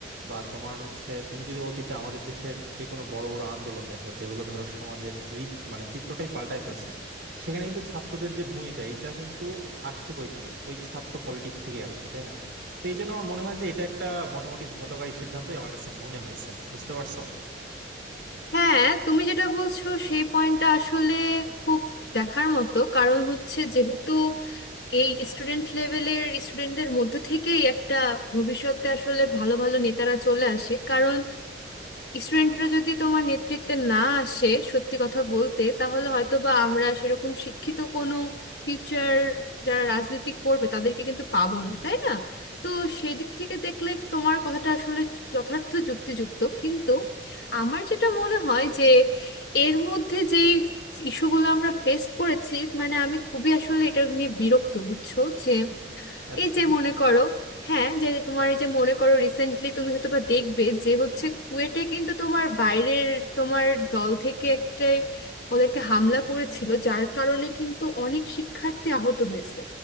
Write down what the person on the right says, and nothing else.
বা তোমার হচ্ছে তুমি যদি অতীতে আমাদের দেশের যে কোনো বড় বড় আন্দোলন দেখো যেগুলো ধরো সমাজের রীত মানে চিত্রটাই পাল্টায় ফেলছে সেখানে কিন্তু ছাত্রদের যে ভূমিকা এটা কিন্তু আসছে কই থেকে ওই ছাত্র পলিটিক্স থেকে আসছে তাই না তো এই জন্য আমার মনে হয় যে এটা একটা মোটামুটি হঠকারী সিদ্ধান্তই আমার কাছে মনে হয়েছে বুঝতে পারছো
আচ্ছা